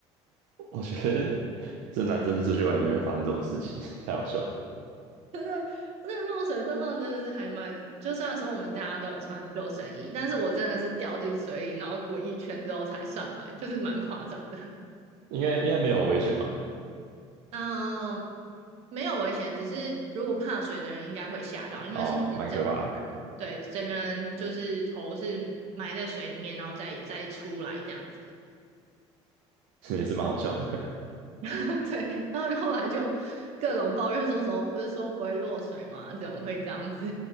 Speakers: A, on the right (about 80°); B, on the right (about 55°).
A: 我觉得这男生出去玩一定会发生这种事情，<laughs> 太好笑了。
B: 真的，那个落水的状况真的是还蛮……就虽然说我们大家都有穿救生衣，但是我真的是掉进水里，然后滚一圈之后才上来，就是蛮夸张的。
A: 应该应该没有危险吧？
B: 嗯，没有危险，只是如果怕水的人应该会吓到，因为是整个人，
A: 啊，蛮可怕的，
B: 对，整个人就是头是埋在水里面，然后再再出来这样子。
A: <laughs> 也是蛮好笑的，
B: <laughs> 对，然后后来就各种抱怨说什么，不是说不会落水吗？怎么会这样子？